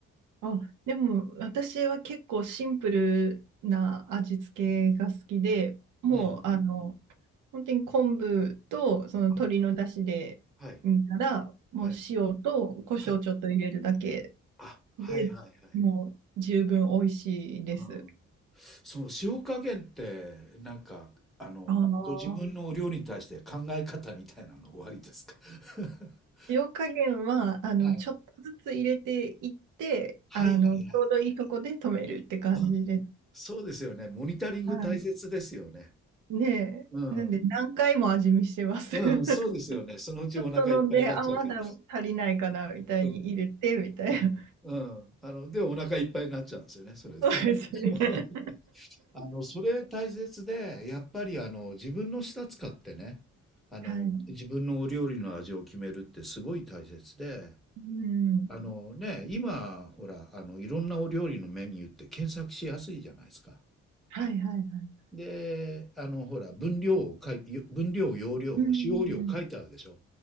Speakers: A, on the right; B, in the centre.
A: あ、でも私は結構シンプルな味付けが好きで、もうあの、
B: うん。うん。
A: 本当に昆布とその鶏の出汁で煮たら、
B: あ、はい、
A: もう塩と胡椒ちょっと入れるだけ
B: はい、はい。あ、はいはいはい。
A: で、もう十分美味しいです。
B: うん。その塩加減って、なんか、あの、
A: あの、
B: ご自分のお料理に対して考え方みたいなのおありですか？<laughs>
A: 塩加減は、あの、
B: はい。
A: ちょっとずつ入れていって、
B: はいはいはい。
A: あの、ちょうどいいとこで止めるって感じです。
B: うん、そうですよね。モニタリング大切ですよね。
A: はい。ねえ、
B: うん。
A: なんで何回も味見してます。
B: うん、
A: <laughs>
B: そうですよね。そのうちお腹いっぱいになっちゃうけど。
A: ちょっと飲んで、あ、まだ足りないかな、みたいに入れて、
B: うん。
A: みたいな。
B: うん、うん。あの、で、お腹いっぱいになっちゃうんですよね、
A: <laughs>
B: それでね。
A: そうですね。
B: <laughs>
A: <laughs>
B: あの、それ大切で、やっぱりあの、自分の舌使ってね、あの、
A: はい。
B: 自分のお料理の味を決めるってすごい大切で、
A: うん。
B: あのね、今、ほら、あの、いろんなお料理のメニューって検索しやすいじゃないですか。
A: はいはいはい。
B: で、あの、ほら、分量を書い、よ分量、容量、
A: うんうんうん。
B: 使用量書いてあるでしょ。